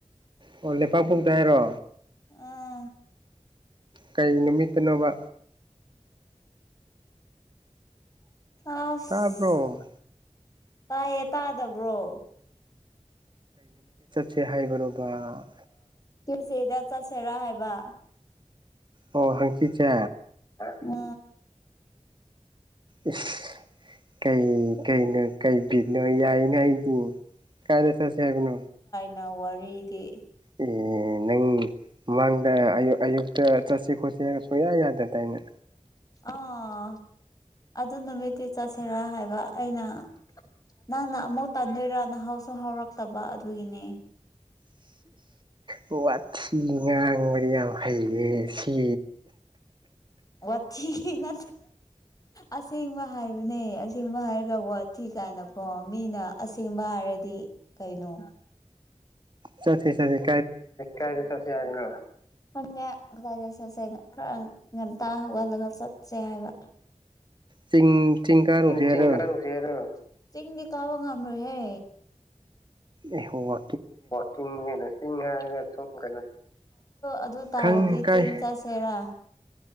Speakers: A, on the right (about 40°); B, on the left (about 30°).
A: ꯑꯣꯦ ꯂꯩꯄꯥꯛꯄꯣꯛꯗ ꯍꯥꯏꯔꯣ
B: ꯎꯥ
A: ꯀꯩ ꯅꯨꯃꯤꯠꯇꯅꯕ
B: ꯑꯁ
A: ꯇꯥꯕ꯭ꯔꯣ
B: ꯇꯥꯏꯌꯦ ꯇꯥꯗꯕ꯭ꯔꯣ
A: ꯁꯦ ꯍꯥꯏꯕꯔꯣꯕ
B: ꯇꯁꯦꯗ ꯆꯠꯁꯦꯔꯥ ꯍꯥꯏꯕ
A: ꯑꯣ ꯍꯪ ꯆꯤ ꯆꯦ
B: ꯎ
A: ꯏ ꯀꯩ ꯀꯩꯅꯣ ꯀꯩꯕꯤꯅꯣ ꯌꯥꯏ ꯉꯗꯤ ꯀꯥꯏꯗꯁꯁꯤ ꯁꯥꯦꯕꯅꯣ
B: ꯅꯎ ꯋꯥꯔꯤꯗꯤ
A: ꯑꯣ ꯅꯪ ꯃꯃꯥꯡꯗ ꯑꯌꯨꯛꯇ ꯆꯠꯁꯤ ꯈꯣꯠꯁꯤ ꯁꯨꯡꯌꯥ ꯌꯥꯗꯗꯥꯏꯅ
B: ꯑꯥ ꯑꯗꯨ ꯅꯨꯃꯤꯠꯇꯤ ꯆꯠꯁꯤꯔꯥ ꯍꯥꯏꯕ ꯑꯩꯅ ꯅꯪꯅ ꯑꯃꯨꯧ ꯇꯥꯟꯗꯣꯏꯔꯥ ꯅꯍꯥꯎꯁꯨ ꯍꯧꯥꯎꯔꯛꯇꯕ ꯑꯗꯨꯒꯤꯅꯦ
A: ꯋꯥ ꯋꯥꯠ ꯁꯤ ꯉꯥꯡꯕꯗꯤ ꯌꯥꯝ ꯍꯩꯌꯦ ꯁꯤ
B: ꯋꯥꯤ ꯉ ꯑꯁꯦꯡꯕ ꯍꯥꯏꯕꯅꯦ ꯑꯁꯦꯡꯕ ꯍꯥꯏꯔꯒꯕꯨ ꯊꯤ ꯀꯥꯏꯅꯀꯣ ꯃꯤꯅ ꯑꯁꯦꯡꯕ ꯍꯥꯏꯔꯒ ꯗꯤ ꯀꯩꯅꯣ
A: ꯁꯠꯦ ꯁꯠꯦ
B: ꯀꯥꯏꯗ ꯆꯁꯦ ꯍꯥꯏꯅ ꯈꯪꯗꯦꯗꯠ ꯆꯠꯁꯦ ꯈꯔ ꯉꯟꯇꯥ ꯍꯧꯒꯠꯂꯒ ꯆꯠꯁꯦ ꯍꯥꯏꯕ
A: ꯆꯤꯡ ꯆꯤꯡ ꯀꯥꯔꯨꯁꯦ
B: ꯆꯤꯡꯀꯥꯔꯨꯁꯦꯔꯣ
A: ꯍꯥꯏꯔꯣ
B: ꯆꯤꯡꯗꯤ ꯀꯥꯕ ꯉꯝꯃꯣꯏꯍꯦ
A: ꯑꯦꯍ ꯋꯥ
B: ꯑꯟꯏꯟꯇꯦꯜꯂꯤꯖꯦꯕꯜ ꯑꯗꯨ ꯇꯥꯔꯗꯤ
A: ꯈꯪ ꯀꯥꯏ
B: ꯆꯤꯡ ꯆꯁꯦ ꯁꯦꯔꯥ